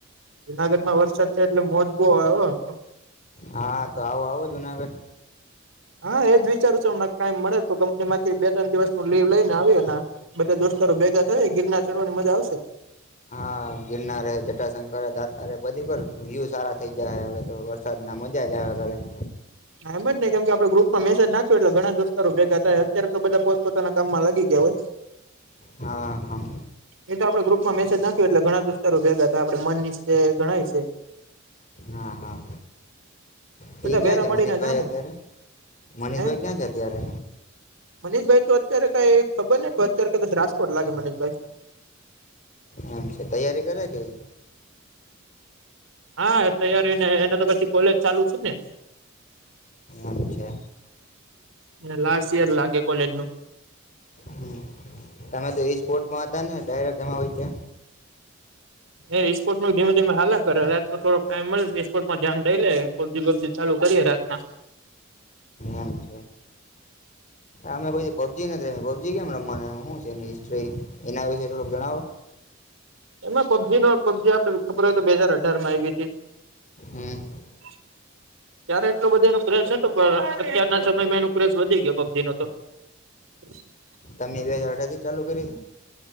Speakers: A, on the right (about 70°); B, on the left (about 40°).
A: જુનાગઢ માં વરસાદ થાય એટલે મોજબો આવે એમ તો.
B: હા, તો આવો આવો જુનાગઢ.
A: હા, એજ વિચારું છું હમ કાઈમ મળે તો કંપની માંથી બે ત્રણ દિવસ નું લીવ લઈ ને આવી એના બધા દોસ્તારો ભેગા થાય ગિરના ચડવાની મજા આવશે.
B: હા, ગિરના રે જટાશંકર દાતા રે બધી વ્યુ સારા થઇ જાય વધે વર સાદના મજાજ આવે ઘરે.
A: હા, એમ જ નઈ કેમ કે આપડે ગ્રુપમાં મેસેજ નાખ્યું હો એટલે ઘણા દોસ્તો ભેગા થાય અત્યારે તો બધા પોત પોતાનામાં લાગી ગયા હોય. <inaudible>
B: હા, હમ્મ.
A: એ તો આપડે ગ્રુપમાં મેસેજ નાખ્યું એટલે દોસ્તારો ભેગા હતા આપડે મન મનીશ ધણાય છે. <inaudible>
B: હા, હા. તે
A: બધા
B: એ ક્યાં
A: ભેરા
B: છે
A: મળીને
B: મનીષભાઈ
A: જાહું
B: અત્યારે, મનીષભાઈ
A: હે
B: ક્યાં છે અત્યારે?
A: મનીષભાઈ તો અત્યારે કઈ ખબર ને અત્યારે કદાચ રાજકોટ લાગે મનીષભાઈ.
B: આમ છે, તૈયારી કરે છે ઈ?
A: હા, તૈયારી ને એને તો પછી કોલેજ ચાલુ છે ને.
B: એમ છે
A: એને લાસ્ટ ઇયર લાગે કોલેજનું.
B: હમ તમે તો એ સ્પોર્ટમાં હતા ને ડાયરેક્ટ એમાં હોય છે.
A: એ સપોર્ટમાં ધીમે-ધીમે હાલ્યા કરે રાતે થોડો ટાઈમ મળે તો સ્કોર્ટમાં ધ્યાન દઈ લે પબજી વબજી ચાલુ કરીએે રાતના.
B: એમ છે. અમે કો પબજી નથી રમી? પબજી કેમ રમવાની શું છે એની હિસ્ટ્રી એના વિશે થોડક જણાવો.
A: એમાં પબજી ના પબજી આપડે ખબર હોય તો બે હાજર અઢારમાં આઈ ગઈ તી.
B: હમ્મ.
A: <inaudible> ત્યારે એટલો બધા એનો ક્રેશ પણ અત્યારના સમયમાં એનો ક્રેશ વધી ગયો પબજીનો તો. <inaudible>
B: તમે બે હજાર અઢરથી ચાલુ કરી તી?